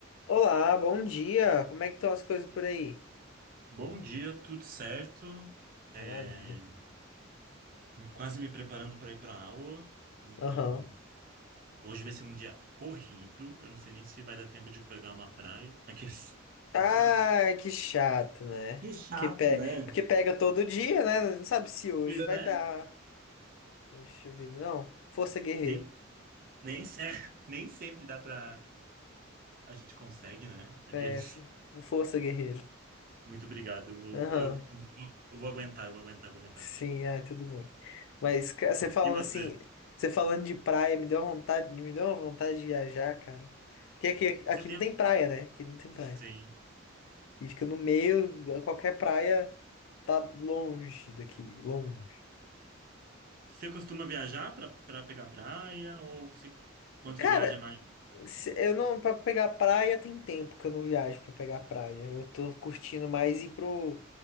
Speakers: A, on the left (about 65°); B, on the right (about 45°).
A: Olá, bom dia. Como é que estão as coisas por aí?
B: Bom dia, tudo certo?
A: Maravilha.
B: É, quase me preparando para ir para a aula. Então,
A: Aham.
B: hoje vai ser um dia corrido. Eu não sei nem se vai dar tempo de eu pegar uma praia. Aqui, <laughs>
A: Ah,
B: mas
A: que chato, né?
B: que chato,
A: Que pe...
B: né?
A: Porque pega todo dia, né? Não sabe se hoje
B: Pois
A: vai
B: é.
A: dar. Poxa vida, não. Força guerreiro.
B: Nem, nem, se- <laughs> nem sempre dá para a gente consegue, né? Aqueles.
A: É, fo- força guerreiro.
B: Muito obrigado. Eu vou,
A: Aham.
B: eu, eu vou aguentar, eu vou aguentar, eu vou aguentar.
A: Sim, ah, tudo bem. Mas ca- você falando
B: E você?
A: assim, você falando de praia, me deu uma vontade, me deu uma vontade de viajar, cara. Porque aqui, aqui
B: Você tem,
A: não tem praia, né? Aqui não tem praia.
B: sim.
A: E fica no meio, qualquer praia tá longe daqui, longe.
B: Você costuma viajar para para pegar praia ou você, quando
A: Cara,
B: você viaja mais?
A: se- eu não, pra pegar praia tem tempo que eu não viajo pra pegar praia. Eu tô curtindo mais ir pro,